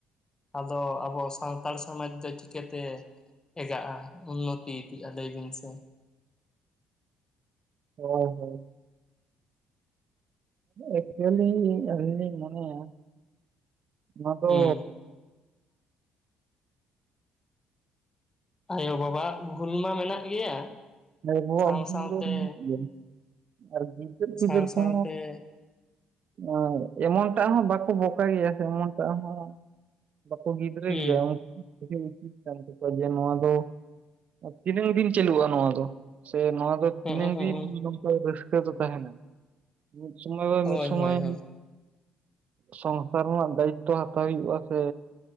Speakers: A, on the left; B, on the right.
A: ᱟᱫᱚ ᱟᱵᱚ ᱥᱟᱱᱛᱟᱲ ᱥᱚᱢᱟᱡᱽ ᱫᱚ ᱪᱤᱠᱟᱹᱛᱮ ᱮᱜᱟᱜᱼᱟ ᱩᱱᱱᱚᱛᱤ ᱤᱫᱤᱜᱼᱟ ᱞᱟᱹᱭ ᱵᱤᱱ ᱥᱮ?
B: ᱦᱳᱭ ᱦᱳᱭ᱾ ᱮᱠᱪᱩᱭᱮᱞᱤ ᱟᱹᱞᱤᱧ ᱞᱤᱧ ᱢᱚᱱᱮᱭᱟ ᱱᱚᱣᱟ ᱫᱚ
A: ᱦᱩᱸ ᱟᱭᱳ ᱵᱟᱵᱟ ᱟᱜ ᱵᱷᱩᱞ ᱢᱟ ᱢᱮᱱᱟᱜ ᱜᱮᱭᱟ
B: ᱟᱵᱚᱣᱟᱜ
A: ᱥᱟᱶ ᱥᱟᱶᱛᱮ
B: ᱫᱚ ᱢᱮᱱᱟᱜ ᱜᱮᱭᱟ ᱟᱨ ᱜᱤᱫᱟᱹᱨ
A: ᱥᱟᱶ
B: ᱯᱤᱫᱟᱹᱨ
A: ᱥᱟᱶᱛᱮ
B: ᱠᱚᱦᱚᱸ ᱟᱨ ᱮᱢᱚᱱ ᱴᱟᱜ ᱦᱚᱸ ᱵᱟᱠᱚ ᱵᱚᱠᱟ ᱜᱮᱭᱟ ᱥᱮ ᱮᱢᱚᱱ ᱴᱟᱜ ᱦᱚᱸ ᱵᱟᱠᱚ ᱜᱤᱫᱽᱨᱟᱹ
A: ᱦᱩᱸ
B: ᱜᱮᱭᱟ ᱩᱪᱤᱛ ᱠᱟᱱ ᱛᱟᱠᱚᱣᱟ ᱡᱮ ᱱᱚᱣᱟ ᱫᱚ ᱛᱤᱱᱟᱹᱜ ᱫᱤᱱ ᱪᱟᱹᱞᱩᱜᱼᱟ ᱱᱚᱣᱟ ᱫᱚ ᱥᱮ ᱱᱚᱣᱟ ᱫᱚ
A: ᱦᱚᱸᱜᱼᱚ
B: ᱛᱤᱱᱟᱹᱜ
A: ᱦᱚᱸᱜᱼᱚ
B: ᱫᱤᱱ ᱱᱚᱝᱠᱟ ᱨᱟᱹᱥᱠᱟᱹ ᱫᱚ ᱛᱟᱦᱮᱱᱟ ᱢᱤᱫ ᱥᱚᱢᱚᱭ ᱫᱚ
A: ᱦᱳᱭ
B: ᱢᱤᱫ ᱥᱚᱢᱚᱭ
A: ᱦᱳᱭ ᱦᱳᱭ
B: ᱥᱚᱝᱥᱟᱨ ᱨᱮᱱᱟᱜ ᱫᱟᱭᱤᱛᱛᱚ ᱦᱟᱛᱟᱣ ᱦᱩᱭᱩᱜᱼᱟ ᱥᱮ